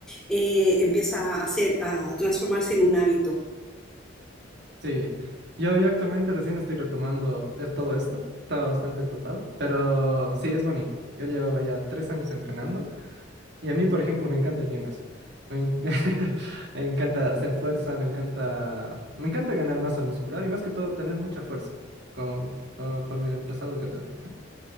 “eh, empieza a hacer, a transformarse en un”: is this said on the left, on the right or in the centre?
Centre